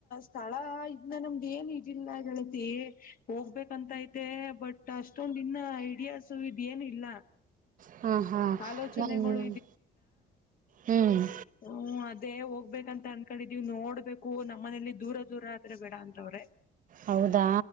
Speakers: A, on the left; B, on the right.
A: ಸ್ಥಳ ಇದ್ನ ನಮ್ದ್ ಏನ್ ಇದಿಲ್ಲ ಗೆಳತಿ ಹೋಗ್ಬೇಕಂತ ಐತೆ ಬಟ್ ಅಷ್ಟೊಂದ ಇನ್ನ ಐಡಿಯಸ್ ಇದ್ ಏನ್ ಇಲ್ಲ
B: ಹ್ಮ ಹಾ
A: ಆಲೋಚನೆಗಳು
B: ಹ್ಮ್ ಹ್ಮ್
A: ಹ್ಮ ಅದೇ ಹೋಗ್ಬೇಕಂತ ಅನ್ಕೊಂಡಿದೀವ್ ನೋಡ್ಬೇಕು ನಮ್ಮನೇಲಿ ದೂರ ದೂರ ಆದ್ರೆ ಬೇಡ ಅಂತವ್ರೆ
B: ಹೌದಾ